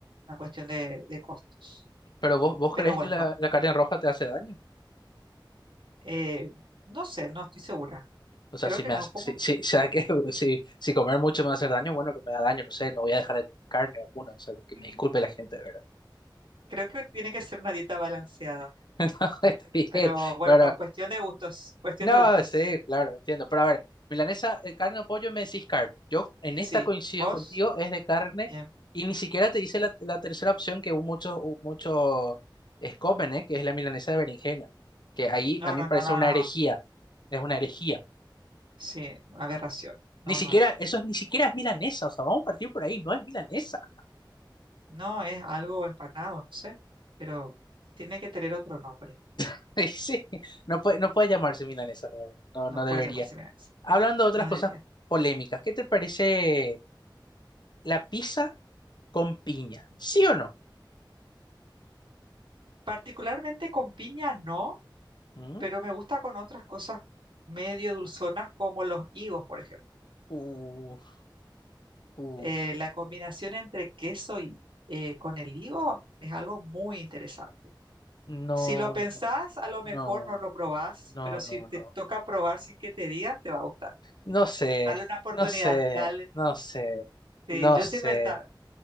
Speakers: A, on the right (about 85°); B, on the left (about 60°).
A: una cuestión de, de costos.
B: Pero vos, vos
A: Pero
B: crees
A: bueno,
B: que la,
A: no.
B: la carne roja te hace daño.
A: eh, no sé, no estoy segura.
B: O sea,
A: Creo
B: si
A: que
B: me
A: no,
B: hace,
A: como,
B: si, si, <laughs> o sea, que <laughs> si, si comer mucho me va a hacer daño, bueno, que me da daño, no sé, no voy a dejar de comer carne o vacuna, o sea, que
A: ujú,
B: me disculpe la gente, ¿verdad?
A: creo que tiene que ser una dieta balanceada.
B: <laughs> No, está
A: Pero,
B: bien,
A: pero bueno,
B: pero,
A: cuestión de gustos, cuestión
B: no,
A: de gustos.
B: sí, claro, entiendo, pero a ver, milanesa, eh, carne o pollo, me decís carne. Yo en esta
A: Sí,
B: coincido
A: vos,
B: contigo, es de carne,
A: bien.
B: y ni siquiera te dice la, la tercera opción que muchos, muchos es comen, ¿eh? Que es la milanesa de berenjena, que ahí
A: No,
B: a mí
A: no,
B: me parece
A: no, no,
B: una
A: no.
B: herejía, es una herejía.
A: Sí, una aberración. No,
B: Ni siquiera,
A: no, no.
B: eso es, ni siquiera es milanesa, o sea, vamos a partir por ahí, no es milanesa.
A: No es algo empanado, no sé, pero tiene que tener otro nombre.
B: <laughs> Sí, no puede, no puede llamarse milanesa, la verdad. No,
A: No
B: no
A: puede
B: debería.
A: llamarse milanesa.
B: Hablando de otras
A: No debería.
B: cosas polémicas, ¿qué te parece la pizza con piña?
A: Ujú.
B: ¿Sí o no?
A: Particularmente con piña, no.
B: ¿Mm?
A: pero me gusta con otras cosas medio dulzonas como los higos, por ejemplo.
B: Uf, uf.
A: Eh, la combinación entre queso y eh, con el higo es algo muy interesante.
B: No,
A: Si lo pensás, a lo mejor
B: no,
A: no lo probás,
B: no,
A: pero si
B: no,
A: te
B: no.
A: toca probar sin que te digan, te va a gustar.
B: No sé,
A: Dale una oportunidad,
B: no sé,
A: dale.
B: no sé,
A: Sí,
B: no
A: yo
B: sé.
A: siempre estaba,